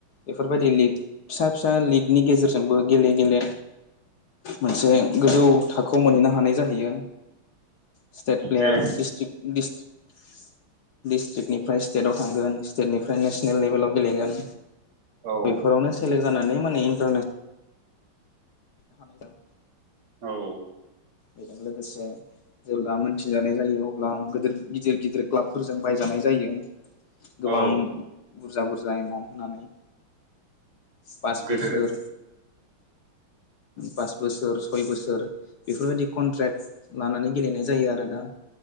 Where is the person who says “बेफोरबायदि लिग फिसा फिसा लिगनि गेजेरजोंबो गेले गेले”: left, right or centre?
Left